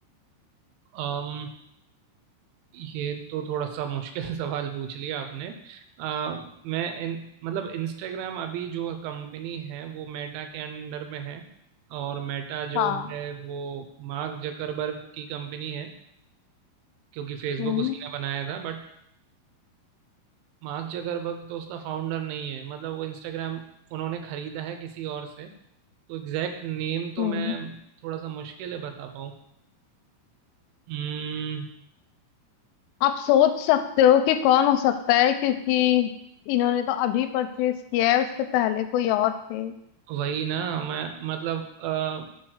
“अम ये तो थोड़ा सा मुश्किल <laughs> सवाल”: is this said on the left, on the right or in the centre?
Right